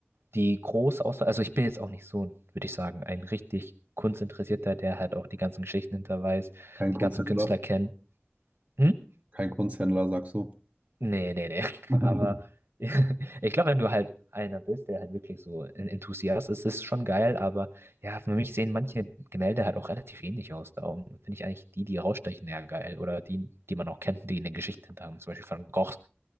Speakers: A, on the right (about 70°); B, on the right (about 30°).
A: die große Auswahl, also ich bin jetzt auch nicht so, würde ich sagen, ein richtig Kunstinteressierter, der halt auch die ganzen Geschichten hinter weiß,
B: Kein
A: die
B: Kunsthändler,
A: ganzen Künstler kennt. Hm?
B: kein Kunsthändler, sagst du?
A: Nee, nee, nee. <laughs>
B: <laughs>
A: Aber <laughs> ich glaube, wenn du halt einer bist, der halt wirklich so ein Enthusiast ist, ist schon geil. Aber ja, für mich sehen manche Gemälde halt auch relativ ähnlich aus. Darum finde ich eigentlich die, die rausstechen, ja geil. Oder die, die man auch kennt, die eine Geschichte hinter haben. Zum Beispiel Van Goghs